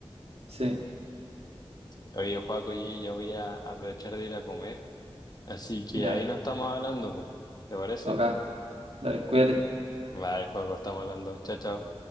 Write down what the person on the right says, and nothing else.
sí,
ya,
ok, dale, cuídate.